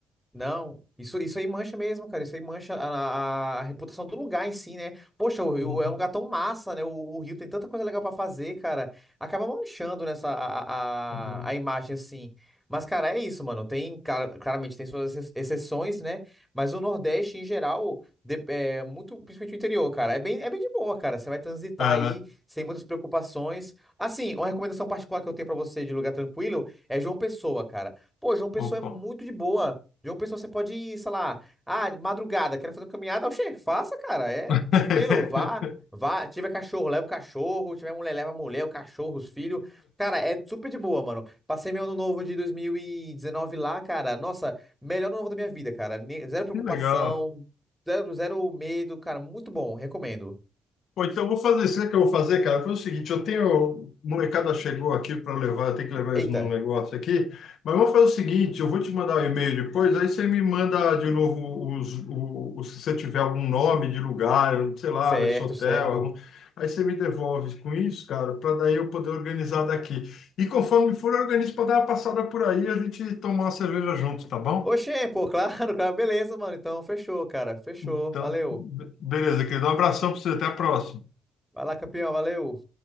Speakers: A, in the centre; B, on the left.
A: Não, isso, isso aí mancha mesmo, cara. Isso aí mancha a, a- a reputação do lugar em si, né? Poxa, o-
B: Uhum,
A: o- é um lugar tão massa, né? O, o Rio tem tanta coisa legal pra fazer, cara. Acaba manchando nessa a,
B: tá bom.
A: a, a imagem, assim. Mas, cara, é isso, mano. Tem, cara, claramente, tem suas ex- exceções, né? Mas o Nordeste, em geral, de- é muito, principalmente o interior, cara, é bem, é bem de boa, cara. Você vai transitar
B: É,
A: aí
B: né?
A: sem muitas preocupações. Assim, uma recomendação particular que eu tenho pra você de lugar tranquilo é João Pessoa, cara. Pô, João Pessoa
B: Opa.
A: é muito de boa. Jogo pessoal, você pode ir, sei lá, ah, de madrugada, quero fazer uma caminhada, oxê, faça, cara, é
B: <laughs>
A: tranquilo, vá, vá, tiver cachorro, leva o cachorro, tiver mulher, leva a mulher, o cachorro, os filhos, cara, é super de boa, mano. Passei meu ano novo de 2019 lá, cara, nossa, melhor ano novo da minha vida, cara, Ne- zero preocupação,
B: Que legal.
A: zero, zero medo, cara, muito bom, recomendo.
B: Pô, então eu vou fazer, sabe o que eu vou fazer, cara? Foi o seguinte, eu tenho, molecada chegou aqui para levar, eu tenho que levar eles
A: Eita,
B: num negócio aqui, mas eu vou fazer o seguinte, eu vou te mandar o e-mail depois, aí você me manda de novo os, o, o- se você tiver algum nome de lugar, sei lá,
A: certo,
B: esse hotel,
A: certo.
B: algum- aí você me devolve com isso, cara, para daí eu poder organizar daqui. E conforme for, eu organizo para dar uma passada por aí e a gente tomar uma cerveja junto, tá bom?
A: Oxê, pô, claro, <laughs> claro, beleza, mano, então, fechou, cara, fechou,
B: Então,
A: valeu.
B: be- beleza, querido, um abração para você, até a próxima.
A: Vai lá, campeão, valeu.